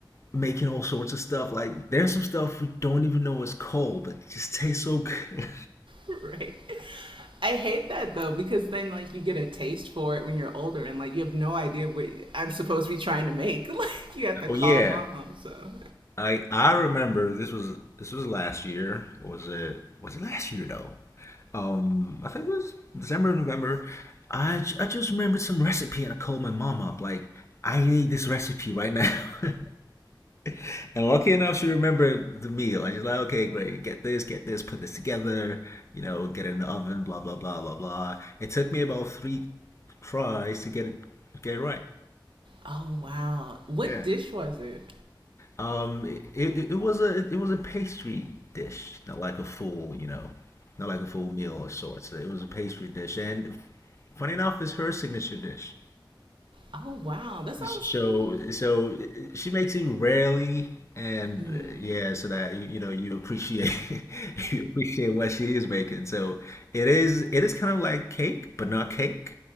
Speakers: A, on the left; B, on the right.
A: making all sorts of stuff. Like there's some stuff we don't even know is cold, but it just tastes so good.
B: <laughs> Right. I hate that though because then like you get a taste for it when you're older and like you have no idea what I'm supposed to be trying to make. <laughs> Like you have
A: <laughs>
B: to
A: oh
B: call
A: yeah,
B: mom. So,
A: I I remember this was this was last year. Was it was it last year though? Um, I think it was December, November. I j- I just remembered some recipe and I called my mom up like I need this recipe right now. <laughs> <laughs> And lucky enough, she remembered the meal. And she's like, okay, great. Get this, get this, put this together, you know, get it in the oven, blah, blah, blah, blah, blah. It took me about three tries to get it get it right.
B: oh wow, what
A: Yeah.
B: dish was it?
A: Um, it, it, it was a it was a pastry dish, not like a full, you know, not like a full meal of sorts. It was a pastry dish, and funny enough, it's her signature dish.
B: Oh wow, that sounds
A: So,
B: really.
A: so she makes it rarely, and
B: Mm,
A: uh, yeah, so that you, you know you appreciate <laughs> you appreciate what she is making. So it is it is kind of like cake, but not cake.